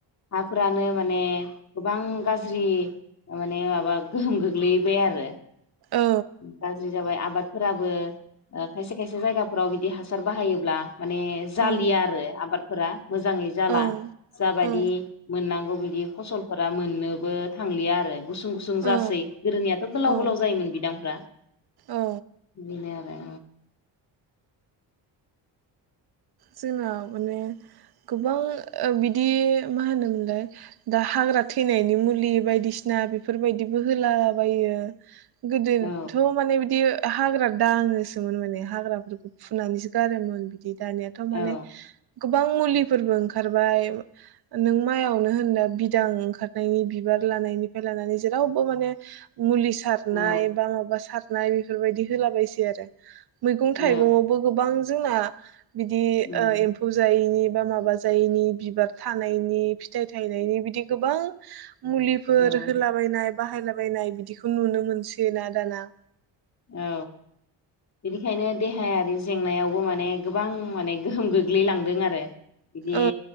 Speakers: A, on the left (about 40°); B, on the right (about 60°).
A: हाफ्रिनो माने गोबां गाज्रि माने माबा गोहोम गोग्लैबाय आरो
B: औ
A: गाज्रि जाबाय आबाद फोराबो ओ खायसे खायसे जायगा फोराव बिदि हासार बाहायोब्ला माने जालिया
B: औ
A: आरो आबादफोरा मोजाङै जाला
B: औ
A: जाबायदि
B: औ
A: मोननांगौ बि दि फसलफोरा मोननोबो थांलिया आरो। गुसुं-गुसुं जासै
B: औ
A: गोदोनियाथ' गोलाव-गोलाव
B: औ
A: जायोमोन बिदां फ्रा
B: औ
A: बेनो आरो
B: जोङा माने गोबां बिदि मा होनोमोनलाय दा हाग्रा थैनायनि मुलि बायदिसिना बेफोरबायदिबो होलाबायो। गोदोथ'
A: औ
B: माने बिदि हाग्रा दाङोसोमोन माने हाग्राफोरखौ फुनानैसो गारोमोन बिदि दानि थार
A: औ
B: माने गोबां मुलिफोरबो ओंखारबाय नों माइयावनो होनदा बिदां ओंखारनायनि बिबार लानायनिफ्राय लानानै जेरावबो माने मुलि सारनाय
A: औ
B: बा माबा सार नाय बेफोरबायदि होलाबायसै आरो मैगं
A: औ
B: थाइगङावबो गोबां जोंना बिदि
A: औ
B: ओ एम्फौ जायैनि बा माबा जायैनि बिबार थानायनि फिथाइ थायनायनि बिदि गोबां मुलिफोर
A: औ
B: होलाबायनाय बाहायलाबायनाय बिदिखौ नुनो मोनसै ना दाना
A: औ बेनिखायनो देहायारि जेंनायावबो माने गोबां माने गोहोम गोग्लैलांदों आरो बिदि
B: औ